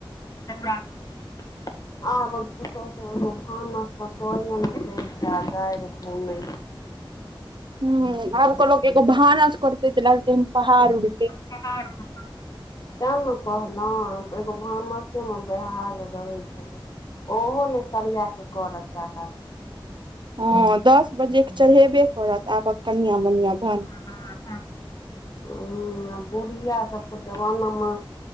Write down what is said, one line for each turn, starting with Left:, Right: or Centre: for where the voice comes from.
Left: <unintelligible>
Right: <inaudible>
Left: आबक पुतहु सब एगो भानस तऽ कये नय दैय छै आ गाईर सनै
Right: हुँ आबक लोक एगो भानस करतै तऽ लगतै हम पहार उड़तै
Left: <unintelligible> तेँ नऽ कहलहु एगो भानसे मऽ बहाल रहे छलै ओहो नय सरिआ कऽ करऽ चाहत।
Right: हँ दस बजे कऽ चढ़ेबे करत आबक कनिया मनिया भान
Left: हँ - हँ। हँ आ बुढ़िया सब कऽ जवाना मऽ